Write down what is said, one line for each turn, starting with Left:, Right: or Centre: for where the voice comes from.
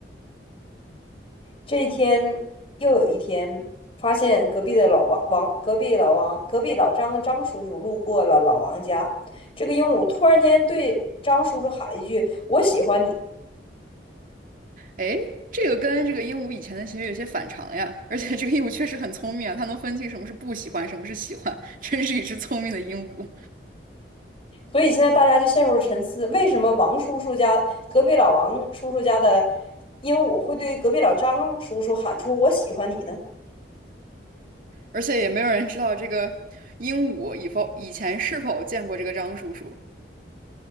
Left: 这一天又有一天，发现隔壁的老王王，隔壁老王，隔壁老张的张叔叔路过了老王家。这个鹦鹉突然间对张叔叔喊了一句：“我喜欢你。”
Right: 哎，这个跟这个鹦鹉以前的行为有些反常呀，而且这个鹦鹉确实很聪明啊，它能分清什么是不喜欢，什么是喜欢，真是一只聪明的鹦鹉。
Left: 所以现在大家就陷入了沉思：为什么王叔叔家隔壁老王叔叔家的鹦鹉会对隔壁老张叔叔喊出“我喜欢你”呢？
Right: 而且也没有人知道这个鹦鹉以否以前是否见过这个张叔叔，